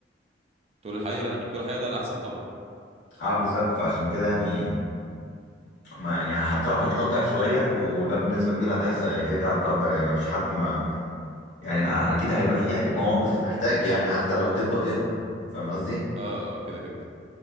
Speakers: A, on the right; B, on the left.
A: تقول الحقيقة لا انك تقول الحقيقة ده الاحسن طبعا
B: اه بالظبط فعشان كده يعني ما يعني حتى لو هتقدر شويه وده بنسبه كبيره هتحصل يعني كده كده هتقدر يعني ما فيش حد ما يعني اكيد هيبقى فيه مواقف محتاج يعني حتى لو كدبه بيضه فاهم قصدي
A: اه آه، كده كده